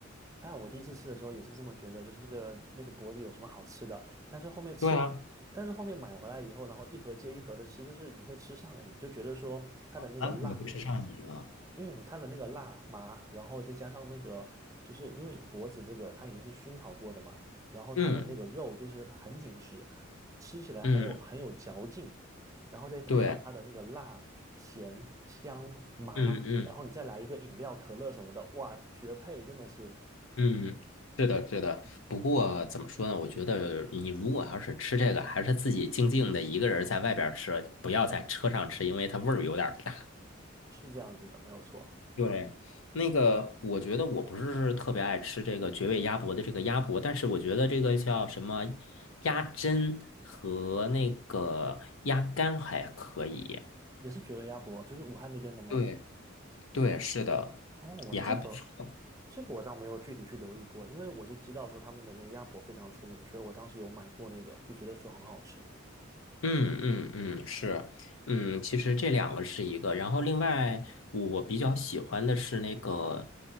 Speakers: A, on the right; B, on the left.
A: 哎呀，我第一次吃的时候也是这么觉得，就是那个那个脖子有什么好吃的？但是后面吃，
B: 对啊，
A: 但是后面买回来以后，然后一盒接一盒的吃，就是你会吃上瘾，就觉得说它的那个辣，
B: 啊，你不吃上瘾啊？
A: 嗯，它的那个辣麻，然后再加上那个，就是因为脖子这个它已经是熏烤过的嘛，然后它的那个肉就是很紧实，
B: 嗯
A: 吃起来很有很有嚼劲，
B: 嗯，
A: 然后再配上它的那个辣、
B: 对，
A: 咸、香、麻，
B: 嗯嗯
A: 然后你再来一个饮料、可乐什么的，哇，绝配，真的是。
B: 嗯，是的，是的。不过怎么说呢？我觉得你如果要是吃这个，还是自己静静的一个人在外边儿吃，不要在车上吃，因为它味儿有点儿大。
A: 是这样子的，没有错，
B: 对，那个我觉得我不是特别爱吃这个绝味鸭脖的这个鸭脖，但是我觉得这个叫什么鸭胗和那个鸭肝还可以。
A: 也是绝味鸭脖，就是武汉那边的吗？
B: 对对，是的，
A: 哦，我这个
B: 也还不错。
A: 这个我倒没有具体去留意过，因为我就知道说他们的那个鸭脖非常出名，所以我当时有买过那个，就觉得说很好吃。
B: 嗯嗯嗯，是，嗯，其实这两个是一个，然后另外我比较喜欢的是那个